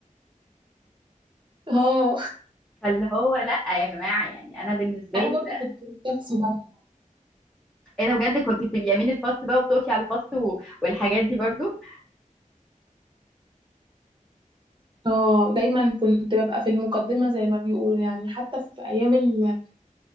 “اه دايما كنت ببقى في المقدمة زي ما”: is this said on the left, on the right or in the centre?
Right